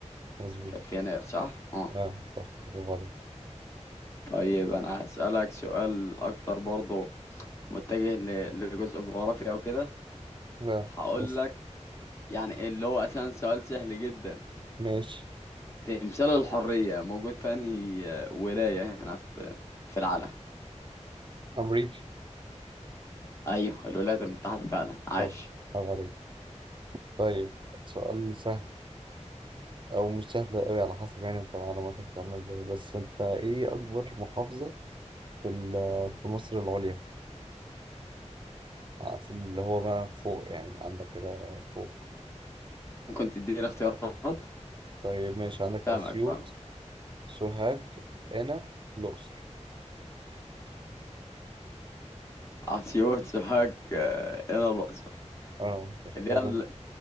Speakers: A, on the right (about 40°); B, on the left (about 25°).
A: مظبوط
B: كانت في يناير صح اه
A: اه صح برافو عليك
B: طيب انا هسألك سؤال اكتر برضه متجه ل- لجزء جغرافي او كده
A: لا
B: هقول
A: بس
B: لك يعني اللي هو اصلا سؤال سهل جدا
A: ماشي
B: تمثال الحرية موجود في انهي آه، ولاية هنا في في العالم
A: أمريكا
B: ايوه الولايات المتحدة فعلا عايش
A: صح برافو عليك طيب سؤال سهل أو مش سهل أوي على حسب يعني أنت معلوماتك عاملة إزاي بس أنت إيه أكبر محافظة في ال- في مصر العليا آه، في اللي هو بقى فوق يعني عندك كده فوق
B: ممكن تديني اختيارات
A: طيب ماشي عندك
B: فاهمك
A: أسيوط
B: فاهمك
A: سوهاج قنا الأقصر
B: اسيوط سوهاج آه، هنا الاقصر
A: اه اختار
B: اللي هي ال-
A: أنت